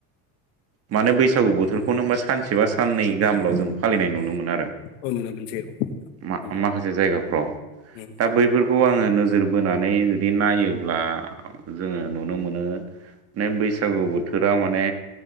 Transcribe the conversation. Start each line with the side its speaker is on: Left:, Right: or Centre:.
Right: माने बैसागु बोथोरखौनो मो सानसेबा साननै गाहामल' जों। फालिनाय नुनो मोनो आरो।
Left: औ नुनो मोनसै औ उम
Right: मा-माखासे जायगाफ्राव
Left: उम
Right: दा बैफोरखौ आं। जोङो नोजोर बोनानै जुदि नायोब्ला जोङो नुनो मोनो। ने बैसागु बोथोरा माने